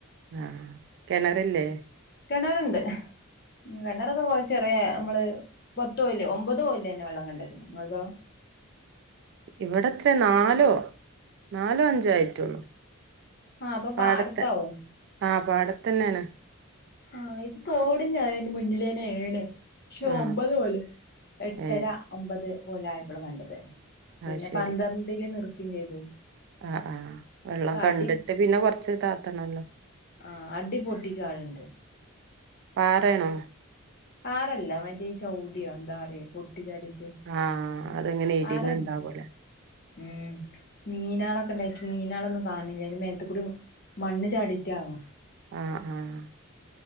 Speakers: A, on the right (about 55°); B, on the left (about 50°).
A: അ ആ കെണറില്ലേ
B: കെണറ്ണ്ട് കെണറൊക്കെ കോർ ചെറിയ അമ്മള് പത്തോല് ഒമ്പതോൽ ലേന്നെ വെള്ളം കണ്ട്ക്ക്ന് ഇങ്ങൾതോ
A: ഇവിടെത്ര നാലോ നാലോ അഞ്ചോ ആയിട്ടോള്ളു
B: ആഹ് അപ്പൊ
A: പാടത്ത്
B: പാടത്താവും
A: ആ പാടത്തന്നെണ്
B: ആ ഈ തോടി നാ യന് മുന്നിലേനാണ് പക്ഷെ
A: ആ
B: ഒമ്പത് പോലെ എട്ടര
A: ഏ
B: ഒമ്പത് പോലായപ്പോളാ കണ്ടത് പിന്നെ
A: അത് ശരി
B: പന്ത്രണ്ടില് നിർ ത്യം ചെയ്തു
A: ആ ആഹ് വെള്ളം കണ്ടിട്ട്
B: അടി
A: പിന്നെ കൊറച്ച് താത്തണല്ലോ
B: ആഹ് അടി പൊട്ടിച്ചാടുണ്ട്
A: പാറയാണോ
B: പാറല്ല വലിയ ചൗടിയോ എന്താറയാ പൊട്ടി ചാടിയിറ്റ്
A: ആ അതിങ്ങനെ
B: പറല്ല
A: ഇടിന് ഇണ്ടാവൂലേ
B: മ് മീനാളെ കണ്ടായിട്ട് മീനാളാന്നും കാണില്ല അയ്ന്റെ മേത്തുകൂടി മണ്ണ് ചാടിയ്റ്റാവും
A: ആഹ് ആഹ്